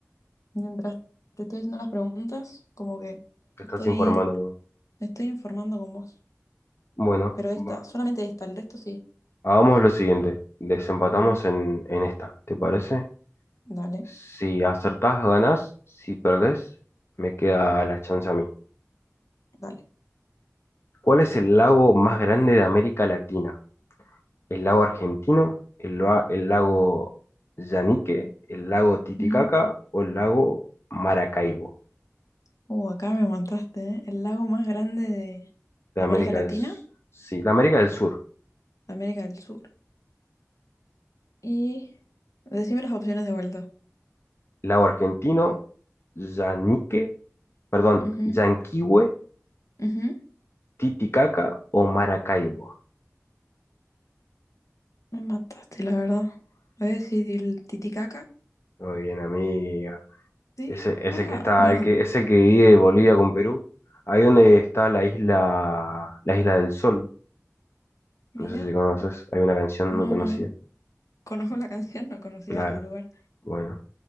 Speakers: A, on the left; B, on the left.
A: mientras te estoy haciendo las preguntas, como que
B: Te
A: estoy,
B: estás informando.
A: me estoy informando con vos.
B: Bueno,
A: Pero esta,
B: va-
A: solamente esta, el resto sí.
B: hagamos lo siguiente. Desempatamos
A: Mm,
B: en, en esta. ¿Te parece?
A: Dale,
B: Si acertás, ganás. Si perdés, me queda la chance a mí.
A: dale.
B: ¿Cuál es el lago más grande de América Latina? el lago Argentino, el, lua- el lago Yanique, el lago Titicaca
A: Ujú.
B: o el lago Maracaibo
A: Uh, acá me montaste, ¿eh? El lago más grande de,
B: de
A: de
B: América
A: América Latina,
B: del, S- sí, de América del Sur.
A: de América del Sur. Y decime las opciones de vuelta.
B: Lago Argentino, Yanique, perdón,
A: Ujú,
B: Yanquihue,
A: ujú.
B: Titicaca o Maracaibo.
A: Me mataste, la verdad. Voy a decir el Titicaca.
B: Muy bien, amigo.
A: ¿Sí?
B: Ese es
A: Ah,
B: el que está,
A: no.
B: el que, es el que divide Bolivia con Perú. Ahí donde está la isla, la isla del Sol.
A: Mira,
B: No sé si conoces, hay una canción
A: no,
B: muy conocida.
A: no, no. Conozco la <laughs> canción, no conocía
B: Claro,
A: el lugar.
B: bueno.